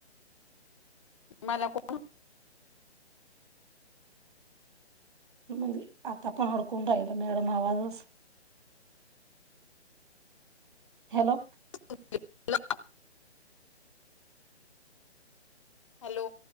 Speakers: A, on the left; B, on the right.
A: मला को
B: म्हणजे आता पण अडकून राहिला मॅडम आवाजच. हॅलो,
A: <unintelligible> हॅलो,